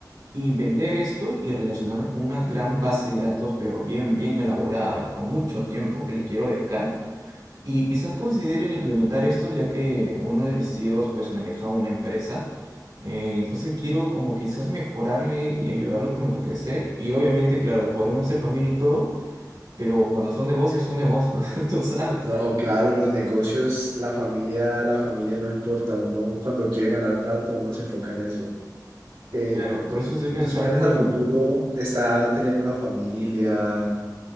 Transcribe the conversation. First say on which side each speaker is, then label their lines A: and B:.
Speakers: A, on the right; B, on the right.
A: y vender esto y relacionarlo con una gran base de datos, pero bien, bien elaborada, con mucho tiempo que le quiero dedicar. Y quizás consideren implementar esto, ya que uno de mis tíos pues maneja una empresa. Eh, entonces quiero como quizás mejorarle y ayudarlo como que a crecer. Y obviamente, claro, podremos ser familia y todo, pero cuando son negocios, son negocios, <laughs> tú sabes.
B: No, claro, en los negocios la familia, la familia no importa. Uno cuando quiere ganar plata, uno se enfoca en eso. Eh,
A: Claro, por eso estoy
B: ¿y
A: pensando
B: tus planes a
A: en...
B: futuro está tener una familia?